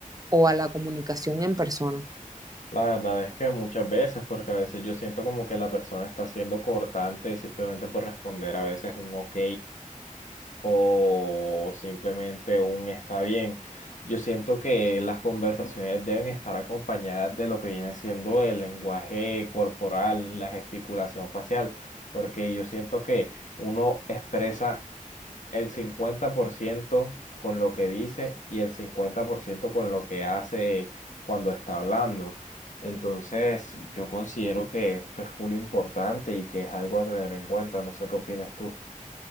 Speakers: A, on the right (about 25°); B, on the left (about 60°).
A: o a la comunicación en persona?
B: La verdad es que muchas veces, porque a veces yo siento como que la persona está siendo cortante simplemente por responder a veces un ok o simplemente un está bien. Yo siento que las conversaciones deben estar acompañadas de lo que viene siendo el lenguaje corporal, la gesticulación facial, porque yo siento que uno expresa el 50% con lo que dice y el 50% con lo que hace cuando está hablando. Entonces, yo considero que esto es full importante y que es algo a tener en cuenta. No sé qué opinas tú.